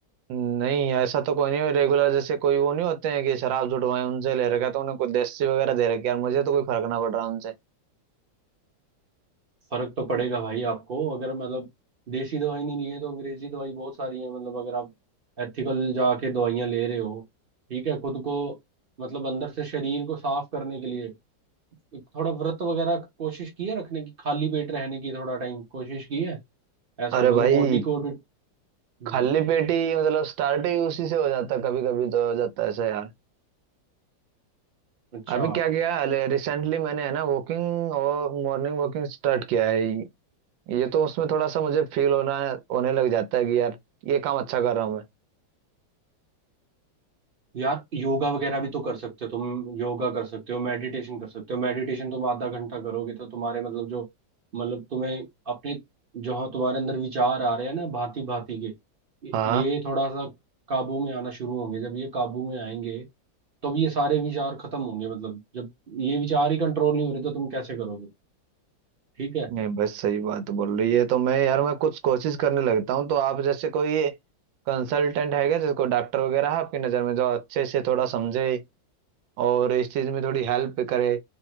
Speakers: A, on the right; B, on the right.
A: नहीं ऐसा तो कोई नहीं है रेगुलर जैसे कोई वो नहीं होते हैं कि शराब जुटवाए उनसे ले रखा है, तो उन्हें कुछ देसी वगैरह दे रखी है। यार मुझे तो कोई फर्क ना पड़ रहा उनसे
B: फर्क तो पड़ेगा भाई आपको अगर मतलब देसी दवाई नहीं ली है तो अंग्रेजी दवाई बहुत सारी है मतलब अगर आप एथिकल जाके दवाइयाँ ले रहे हो ठीक है खुद को मतलब अंदर से शरीर को साफ करने के लिए एक थोड़ा व्रत वगैरह कोशिश की है रखने की खाली पेट रहने की थोड़ा टाइम कोशिश की है ऐसा
A: अरे
B: मतलब
A: भाई
B: बॉडी को हम्म,
A: खाली पेट ही मतलब स्टार्ट ही उसी से हो जाता कभी कभी तो हो जाता है ऐसा यार
B: अच्छा
A: अभी क्या किया रिसेंटली मैंने है ना वॉकिंग और मॉर्निंग वॉकिंग स्टार्ट किया है ये तो उसमें थोड़ा सा मुझे फील होना होने लग जाता है कि यार ये काम अच्छा कर रहा हूँ मैं
B: यार योगा वगैरह भी तो कर सकते हो तुम योगा कर सकते हो मेडिटेशन कर सकते हो मेडिटेशन तुम आधा घंटा करोगे तो तुम्हारे मतलब जो मतलब तुम्हें अपने जो हो- तुम्हारे अंदर विचार आ रहे हैं ना भांति भांति के ये
A: हाँ
B: ये थोड़ा सा काबू में आना शुरू होंगे जब ये काबू में आएंगे तब ये सारे विचार खत्म होंगे मतलब जब ये विचार ही कंट्रोल नहीं हो रहे तो तुम कैसे करोगे ठीक है
A: नहीं बस सही बात बोल रही है तो मैं यार मैं कुछ कोशिश करने लगता हूँ तो आप जैसे कोई कंसल्टेंट है क्या जिसको डॉक्टर वगैरह है आपकी नज़र में जो अच्छे से थोड़ा समझे और इस चीज में थोड़ी हेल्प करे